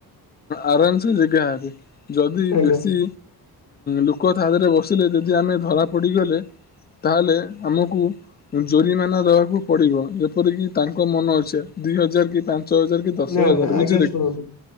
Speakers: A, on the left; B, on the left.
A: ଆରାମ ଜାଗା ଏବେ ଯଦି
B: ଆଜ୍ଞା
A: ବେଶୀ ଲୋକ ତା ଦେହରେ ବସିଲେ ଯଦି ଆମେ ଧରା ପଡ଼ିଗଲେ ତାହେଲେ ଆମକୁ ଜୋରିମାନା ଦବାକୁ ପଡିବ ଯେପରିକି ତାଙ୍କ ମନ ଅଛେ ଦି ହଜାର କି ପାଞ୍ଚ ହଜାର କି ଦଶ
B: ନା
A: ହଜାର
B: ନା ଆଜ୍ଞା
A: ବୁଝିଲେ
B: ଶୁଣନ୍ତୁ
A: କି